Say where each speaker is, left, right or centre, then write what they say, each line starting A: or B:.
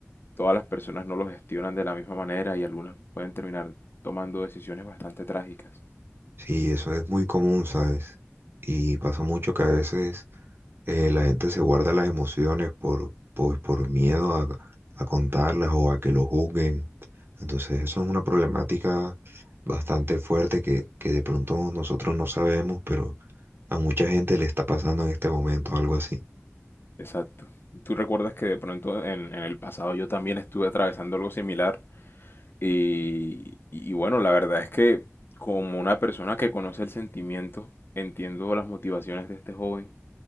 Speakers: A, on the left; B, on the right.
A: todas las personas no lo gestionan de la misma manera y algunas pueden terminar tomando decisiones bastante trágicas.
B: Sí, eso es muy común, ¿sabes? Y pasa mucho que a veces eh, la gente se guarda las emociones por, pues, por miedo a, a contarlas o a que lo juzguen. Entonces, eso es una problemática bastante fuerte que, que de pronto nosotros no sabemos, pero a mucha gente le está pasando en este momento algo así.
A: Exacto. ¿Tú recuerdas que de pronto en, en el pasado yo también estuve atravesando algo similar Y, y bueno, la verdad es que como una persona que conoce el sentimiento, entiendo las motivaciones de este joven